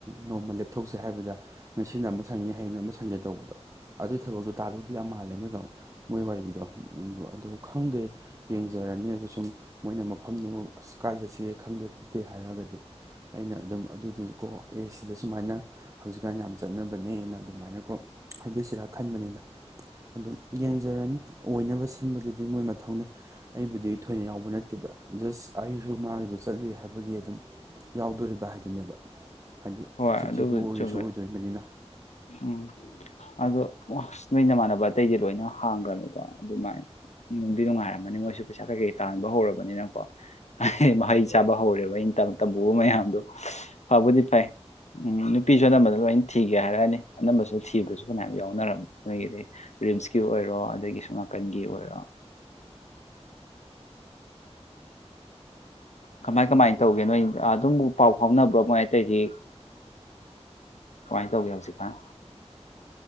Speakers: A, on the right; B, on the left.
A: ꯅꯣꯡꯃ ꯂꯦꯞꯊꯣꯛꯆꯦ ꯍꯥꯏꯕꯗ ꯉꯁꯤꯅ ꯑꯃ ꯁꯪꯉꯦ ꯍꯌꯦꯡ ꯑꯃ ꯁꯪꯒꯦ ꯇꯧꯕꯗꯣ ꯑꯗꯨꯒꯤ ꯊꯕꯛꯇꯣ ꯇꯥ ꯌꯥꯝ ꯃꯥꯜꯂꯦ ꯃꯣꯏꯗꯣ ꯃꯣꯏ ꯋꯥꯔꯤꯒꯤꯗꯣ ꯑꯗꯨ ꯑꯗꯨ ꯈꯪꯗꯦ ꯌꯦꯡꯖꯔꯅꯤ ꯑꯣ ꯁꯨꯝ ꯃꯣꯏꯅ ꯃꯐꯝꯗꯣ ꯑꯁ ꯀꯥꯏ ꯆꯠꯁꯤꯒꯦ ꯈꯪꯗꯦ ꯈꯣꯠꯇꯦ ꯍꯥꯏꯔꯒꯗꯤ ꯑꯩꯅ ꯑꯗꯨꯝ ꯑꯗꯨꯗꯨꯁꯨ ꯀꯣ ꯑꯦ ꯁꯤꯗ ꯁꯨꯃꯥꯏꯅ ꯍꯧꯖꯤꯛꯀꯥꯟ ꯌꯥꯝ ꯆꯠꯅꯕꯅꯦꯅ ꯑꯗꯨꯃꯥꯏꯅ ꯀꯣ ꯍꯥꯏꯕꯤꯁꯤꯔꯥ ꯈꯟꯕꯅꯤꯗ ꯑꯗꯨꯝ ꯌꯦꯡꯖꯔꯅꯤ ꯑꯣꯏꯅꯕ ꯁꯤꯟꯕꯗꯨꯗꯤ ꯃꯣꯏ ꯃꯊꯧꯅꯤ ꯑꯩꯕꯨꯗꯤ ꯊꯣꯏꯅ ꯌꯥꯎꯕ ꯅꯠꯇꯦꯕ ꯖꯁ ꯑꯩꯁꯨ ꯃꯥꯒꯤꯗ ꯆꯠꯂꯨꯏ ꯍꯥꯏꯕꯒꯤ ꯑꯗꯨꯝ ꯌꯥꯎꯗꯣꯔꯤꯕ ꯍꯥꯏꯗꯨꯅꯦꯕ ꯍꯥꯏꯗꯤ
B: ꯍꯣꯏ
A: ꯁꯨꯇꯤꯗꯨ
B: ꯑꯗꯨꯕꯨꯗꯤ
A: ꯑꯣꯏꯔꯁꯨ
B: ꯆꯨꯝꯕꯦ
A: ꯑꯣꯏꯗꯣꯏꯕꯅꯤꯅ
B: ꯎꯝ ꯑꯗ ꯅꯣꯏ ꯅꯃꯥꯟꯅꯕ ꯑꯇꯩꯗꯤ ꯂꯣꯏꯅ ꯍꯥꯡꯈ꯭ꯔꯅꯤꯀꯣ ꯑꯗꯨꯃꯥꯏꯅ ꯅꯨꯡꯗꯤ ꯅꯨꯡꯉꯥꯏꯔꯝꯕꯅꯤ ꯃꯣꯏꯁꯨ ꯄꯩꯁꯥ ꯀꯩꯀꯩ ꯇꯥꯍꯟꯕ ꯍꯧꯔꯕꯅꯤꯅꯀꯣ ꯃꯍꯩ ꯆꯥꯕ ꯍꯧꯔꯦꯕ ꯇꯝꯕꯨ ꯃꯌꯥꯝꯗꯣ ꯐꯕꯨꯗꯤ ꯐꯩ ꯎꯝ ꯅꯨꯄꯤꯁꯨ ꯑꯅꯝꯕꯗ ꯂꯣꯏ ꯊꯤꯒꯦ ꯍꯥꯏꯔꯛꯑꯅꯤ ꯑꯅꯝꯕꯁꯨ ꯊꯤꯕꯁꯨ ꯐꯅꯌꯥꯝ ꯌꯥꯎꯅꯔꯕꯅꯤ ꯅꯣꯏꯒꯤꯗꯤ ꯔꯤꯝꯁꯀꯤ ꯑꯣꯏꯔꯣ ꯑꯗꯒꯤ ꯁꯣꯝ ꯅꯥꯀꯟꯒꯤ ꯑꯣꯏꯔꯣ ꯀꯃꯥꯏ ꯀꯃꯥꯏꯅ ꯇꯧꯒꯦ ꯅꯣꯏ ꯑꯗꯨꯝꯕꯨ ꯄꯥꯎ ꯐꯥꯎꯅꯕ꯭ꯔꯣ ꯃꯣꯏ ꯑꯇꯩꯗꯤ ꯀꯃꯥꯏꯅ ꯇꯧꯒꯦ ꯍꯧꯖꯤꯛꯀꯥꯟ